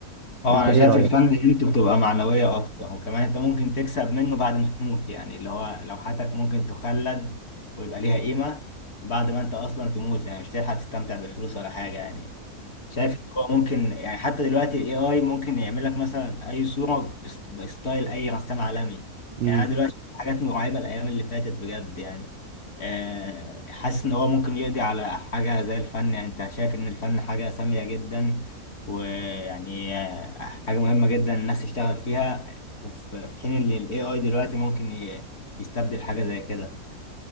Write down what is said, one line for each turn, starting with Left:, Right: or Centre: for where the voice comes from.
Left: هو
Right: فانت
Left: أنا
Right: ايه
Left: شايف
Right: رأيك؟
Left: الفن قيمته بتبقى معنوية أكتر وكمان أنت ممكن تكسب منه بعد ما تموت يعني اللي هو لوحاتك ممكن تخلد ويبقى ليها قيمة بعد ما أنت أصلا تموت يعني مش هتلحق تستمتع بالفلوس ولا حاجة يعني شايف إن هو ممكن يعني حتى دلوقتي الاي اي ممكن يعمل لك مثلا اي صوره بست- بستايل اي رسام عالمي
Right: امم
Left: يعني انا دلوقتي شفت حاجات مرعبه الايام اللي فاتت بجد يعني آه، حاسس ان هو ممكن يقضي على حاجه زي الفن يعني انت شايف ان الفن حاجه ساميه جدا ويعني آه، حاجه مهمه جدا الناس تشتغل فيها وفي في حين ان الاي اي دلوقتي ممكن ي- يستبدل حاجه زي كده